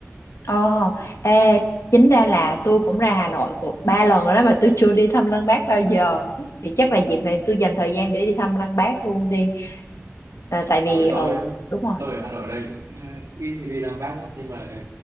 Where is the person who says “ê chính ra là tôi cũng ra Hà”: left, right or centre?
Left